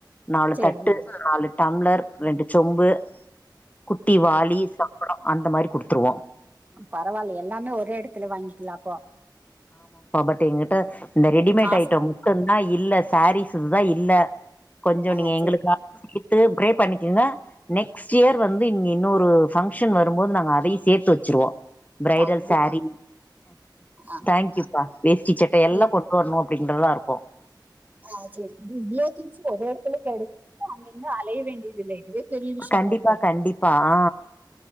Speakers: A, on the left; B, on the right.
A: நாலு
B: சரிங்க
A: தட்டு நாலு டம்ளர் ரெண்டு சொம்பு குட்டி வாளி ப்றோ அந்த மாரி குடுத்துருவோ
B: பரவால்ல எல்லாமே ஒரே எடத்துல வாங்கிக்லா அப்போ
A: ட்டு என்கிட்ட இந்த ரெடிமேட்
B: காசு
A: ஐட்டோ
B: மட்டும்
A: மட்டுந்தா இல்ல சாரீஸ்தா இல்ல கொஞ்சோ
B: ஆ
A: நீங்க எங்களுக்காக
B: சரி
A: சேத்து ப்ரே பண்ணிக்குங்க நெக்ஸ்ட்டியர் வந்து இங்க இன்னொரு ஃபங்ஷன் வரும்போது நாங்க அதயி சேத்து வச்சுருவோ பிரைடல்
B: கண்டிப்பாக
A: சாரீ
B: ஆ
A: தேங்க்யூப்பா வேஷ்டி சட்ட எல்லா
B: இ-
A: கொ வர்னு அப்டின்றதுலா இருக்கு
B: ஆசெரி இவ்ளோ திங்ஸு ஒரே எடத்துல கெடைக்கும்போது அங்க இங்க அலைய வேண்டிதில்ல இதுவே பெரிய விஷ்யமாருக்கே
A: கண்டிப்பா கண்டிப்பா ஆ